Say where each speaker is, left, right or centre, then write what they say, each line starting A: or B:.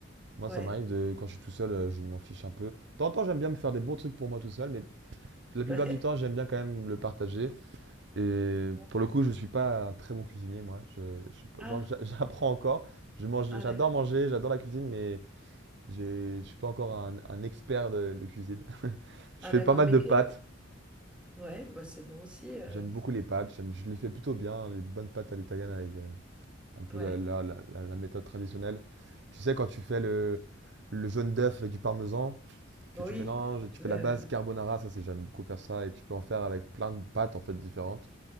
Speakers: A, on the right; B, in the centre.
A: Moi,
B: Ouais.
A: ça m'arrive de, quand je suis tout seul, euh, je m'en fiche un peu. De temps en temps, j'aime bien me faire des bons trucs pour moi tout seul, mais la plupart
B: <laughs> Ouais.
A: du temps, j'aime bien quand même le partager. Et
B: Ouais.
A: pour le coup, je suis pas un très bon cuisinier, moi. Je, je suis pas-
B: Ah,
A: genre, j'a- <laughs> j'apprends encore. Je mange,
B: ah,
A: j'adore
B: d'accord.
A: manger, j'adore la cuisine, mais J'ai- Je suis pas encore un, un expert de, de cuisine. <laughs>
B: Ah,
A: Je fais
B: d'accord.
A: pas mal
B: Mais
A: de
B: que,
A: pâtes.
B: ouais, bah, c'est bon aussi. euh,
A: J'aime beaucoup les pâtes. J'aime- Je les fais plutôt bien, les bonnes pâtes à l'italienne avec euh, un peu
B: ouais.
A: la, la- la- la- la méthode traditionnelle. Tu sais, quand tu fais le, le jaune d'œuf avec du parmesan, que
B: Oui.
A: tu mélanges et tu
B: Le,
A: fais la base carbonara, ça c'est j'aime beaucoup faire ça et tu peux en faire avec plein de pâtes en fait différentes.